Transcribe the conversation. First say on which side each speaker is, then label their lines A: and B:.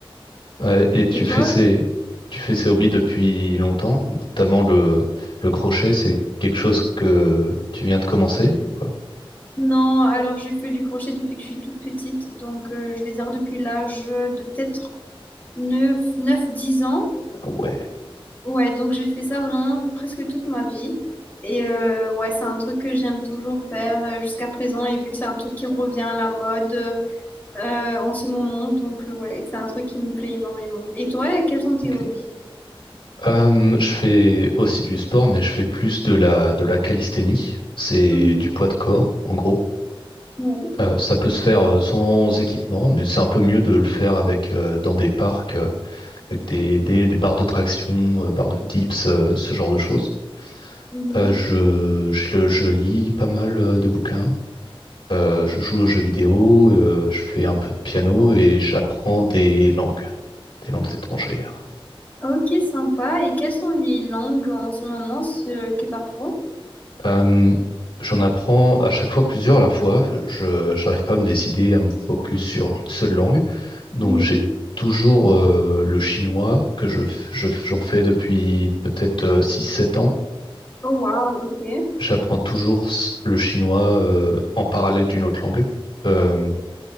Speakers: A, on the left; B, on the left.
A: Ouais, Et tu
B: Et toi?
A: fais ces, tu fais ces hobbies depuis longtemps, notamment le, le crochet, c'est quelque chose que tu viens de commencer ou pas?
B: Non, alors j'ai fait du crochet depuis que je suis toute petite. Donc, euh, je vais dire depuis l'âge de peut-être neuf, neuf, 10 ans.
A: Ah ouais,
B: Ouais, donc j'ai fait ça vraiment presque toute ma vie. Et euh, ouais, c'est un truc que j'aime toujours faire euh, jusqu'à présent. Et vu que c'est un truc qui revient à la mode. euh, en ce moment. Donc, euh, ouais, c'est un truc qui me plaît énormément. Et toi, quels sont tes
A: ok.
B: hobbies?
A: Euh, je fais aussi du sport, mais je fais plus de la, de la calisthénie. C'est
B: Mhm.
A: du poids de corps, en gros.
B: Ouais.
A: Euh, ça peut se faire euh, sans équipement, mais c'est un peu mieux de le faire avec euh, dans des parcs, euh, avec des, des, des barres de traction, euh, barres de dips, euh, ce genre de choses.
B: Mhm.
A: Euh, je, je, je lis pas mal euh, de bouquins, Euh, je joue aux jeux vidéo, euh, je fais un peu de piano et j'apprends des langues, des langues étrangères.
B: Ok, sympa. Et quelles sont les langues en ce moment ce que t'apprends?
A: Euh, j'en apprends à chaque fois plusieurs à la fois. Je n'arrive pas à me décider à me focus sur une seule langue. Donc
B: Mhm.
A: j'ai toujours euh, le chinois que je, je- j'en fais depuis peut-être six sept ans.
B: Oh, wow, ok,
A: J'apprends toujours s- le chinois euh, en parallèle d'une autre langue. Euh,